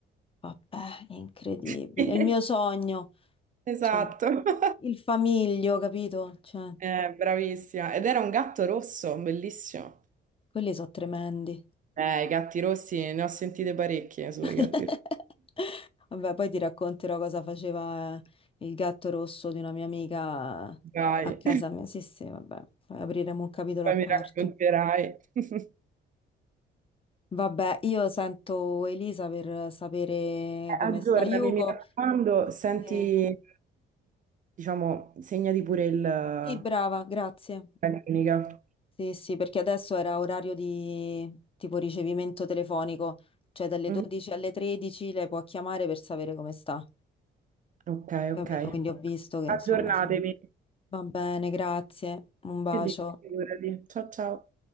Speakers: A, on the left (about 25°); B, on the right (about 40°).
A: Vabbè, incredibile.
B: <laughs>
A: È Il mio sogno,
B: Esatto.
A: cioè,
B: <laughs>
A: il famiglio, capito? Cioè,
B: Eh, bravissima. Ed era un gatto rosso, bellissimo.
A: quelli sono tremendi.
B: Eh, i gatti rossi, ne ho sentite parecchie sui
A: <laughs>
B: gatti rossi.
A: Vabbè, poi ti racconterò cosa faceva eh, il gatto rosso di una mia amica eh,
B: Dai.
A: a casa mia. Sì, sì, vabbè, poi apriremo un capitolo
B: Poi
A: a parte.
B: mi racconterai. <laughs>
A: Vabbè, io sento Elisa per sapere
B: Eh,
A: come
B: Aggiornami,
A: sta Yuko.
B: mi raccomando, senti,
A: Eh,
B: diciamo, segnati pure il, la
A: sì, brava, grazie.
B: clinica.
A: Sì, sì, perché adesso era orario di tipo ricevimento telefonico, cioè dalle
B: Mhm.
A: 12 alle 13 lei può chiamare per sapere come sta.
B: Ok,
A: Capito?
B: ok.
A: Quindi ho visto che
B: Aggiornatemi.
A: insomma siamo... Va bene, grazie. Un bacio.
B: E dite, figurati. Ciao, ciao.